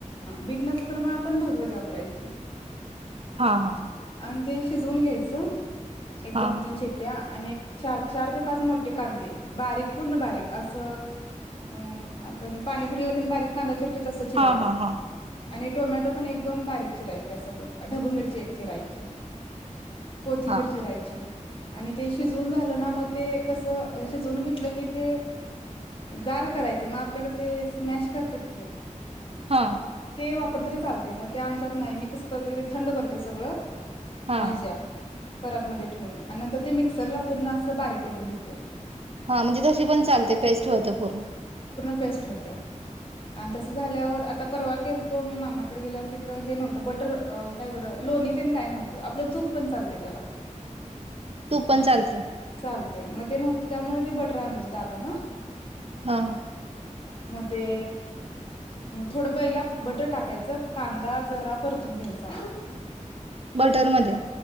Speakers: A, on the left (about 45°); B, on the right (about 50°).
A: बीट नसल तर मग आपण भगवती वापरायची
B: हा हा
A: आणि ते शिजवून घ्यायचं एक
B: हा
A: दोन तीन शिट्ट्या आणि चार चार ते पाच मोठे कांदे बारीक पूर्ण बारीक असं अ आपण पाणीपुरीला बारीक कांदा चिरतोय तस चिरायच
B: हा हा
A: आणि टोमॅटो पण एक दोन बारीक चिरायचे त्यासोबत ढबू मिरची एक चिरायची कोथिंबिरची
B: हा
A: चिरायची आणि ते शिजून झालं ना मग ते कस शिजून घेतलं की ते गार करायच मग आपल्याकडे ते स्मॅश करतेतक
B: हा
A: ते वापर तरी चालते मग ते आमच्या नाही मी कसं करतोय ते थंड करतोय सगळं
B: हा
A: भाज्या परत मध्ये ठेऊून आणि नंतर ते मी मिक्सर पूर्ण अस बारीक करून घेतोय
B: हा म्हणजे तशी पण चालते पेस्ट वते पूरण
A: बेस्ट होत्या आणि तस झाल्यावर आता परवा केलतो मी मामाकडे गेल्यावर तिथं हे नव्हतं बटर काय बरं लोणी तेन काय नव्हतं आपलं तूप पण चालते त्याला
B: तूप पण चालते.
A: चालतंय मग ते नव्हत त्यामुळे ते बटर आणलं होत दादान.
B: हा
A: मग ते थोडं पहिला बटर टाकायचं कांदा जरा परतून घ्यायचा
B: बटर मध्ये